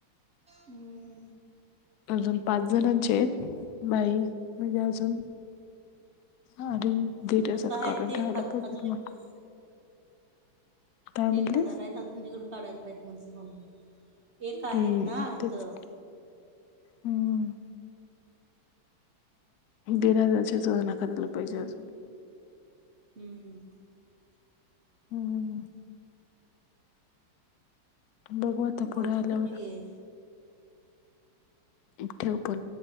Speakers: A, on the right; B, on the left.
A: हम्
B: अजून पाच जणांचे आहेत बाई म्हणजे अजून आणि दि दिसात
A: आता आहेत
B: करून
A: ते
B: ठेवायला
A: एक हज
B: पाहिजे
A: अजून एक
B: मग. काय म्हणलीस
A: एक हजार आहेत अजून दिड काढायला पाहिजे म्हटली मम्मी एक आहेत
B: हम्म
A: ना इथं.
B: तेच हम्म. दीड हजारची जुलना करायला पाहिजे
A: अजून
B: आज.
A: हम्म.
B: हम्. बघू आता पुढे
A: भोजन
B: आल्यावर
A: करणे गे
B: ठेव पण